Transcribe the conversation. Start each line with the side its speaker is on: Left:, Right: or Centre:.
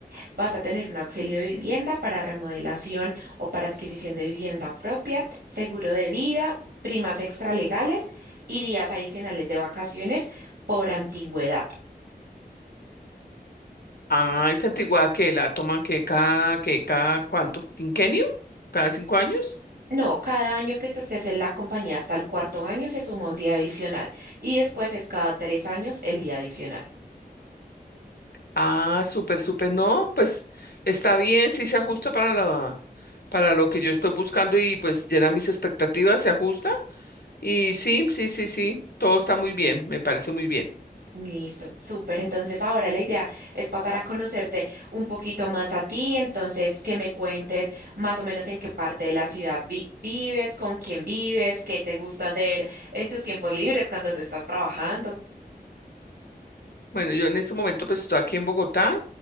Right: vas a tener un auxilio de vivienda para remodelación o para adquisición de vivienda propia, seguro de vida, primas extralegales y días adicionales de vacaciones por antigüedad.
Left: Ah, esa antigüedad que la toman que cada, que cada cuánto, quinquenio, cada cinco años.
Right: No, cada año que tú estés en la compañía hasta el cuarto año se suma un día adicional y después es cada tres años el día adicional.
Left: Ah, súper, súper, no, pues está bien, sí se ajusta para la, para lo que yo estoy buscando y pues llena mis expectativas, se ajusta. Y sí, sí, sí, sí, todo está muy bien, me parece muy bien.
Right: Listo, súper. Entonces ahora la idea es pasar a conocerte un poquito más a ti, entonces que me cuentes más o menos en qué parte de la ciudad vi- vives, con quién vives, qué te gusta hacer en tus tiempos libres cuando no estás trabajando.
Left: Bueno, yo en este momento pues estoy aquí en Bogotá,